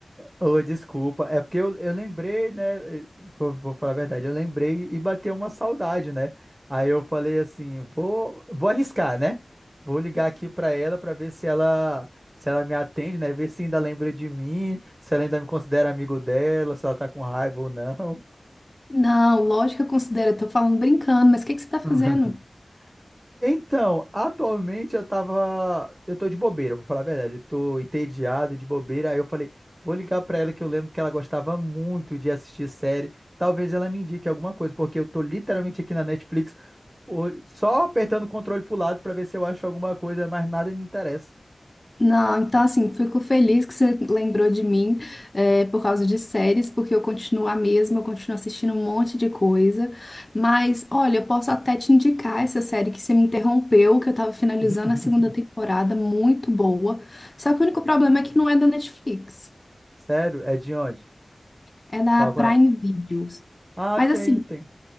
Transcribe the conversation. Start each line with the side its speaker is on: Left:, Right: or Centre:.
Right: Ô, desculpa, é porque eu, eu lembrei, né? eh, Vou, vou falar a verdade, eu lembrei e bateu uma saudade, né? Aí eu falei assim, vou, vou arriscar, né? Vou ligar aqui pra ela pra ver se ela se ela me atende, né? Ver se ainda lembra de mim, se ela ainda me considera amigo dela, se ela tá com raiva ou não.
Left: Não, lógico que eu considero, eu tô falando brincando, mas o que que você tá fazendo?
Right: <laughs> Então, atualmente eu tava. Eu tô de bobeira, vou falar a verdade. Eu tô entediado de bobeira. Aí eu falei, vou ligar pra ela que eu lembro que ela gostava muito de assistir série. Talvez ela me indique alguma coisa, porque eu tô literalmente aqui na Netflix o- só apertando o controle pro lado pra ver se eu acho alguma coisa, mas nada me interessa.
Left: Não, então assim, fico feliz que você lembrou de mim é, por causa de séries, porque eu continuo a mesma, eu continuo assistindo um monte de coisa. Mas, olha, eu posso até te indicar essa série que você me interrompeu, que eu tava finalizando
Right: <laughs>
Left: a segunda temporada, muito boa. Só que o único problema é que não é da Netflix,
Right: Sério? É de onde?
Left: é da
Right: Fala
Left: Prime
Right: qual.
Left: Videos.
Right: Ah,
Left: Mas
Right: tenho,
Left: assim,
Right: tem.